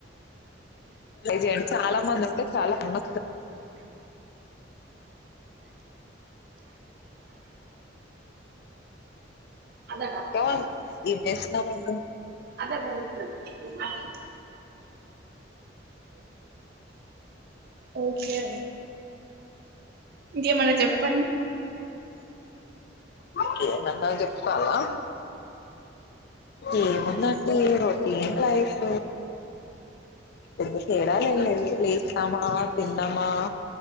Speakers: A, on the left; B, on the right.
A: చేయండి చాలా మంది ఉంటే చాలా అమ
B: అదా
A: ఇంకా ఏం చేస్తున్నారండి
B: అదా అదే ఓకే ఏమన్నా చెప్పండి
A: కే ఏమన్నా చెపలా ఏముందండి రొటీన్ లైఫ్ ఏది కేడల లెచ్నామా తిన్నమా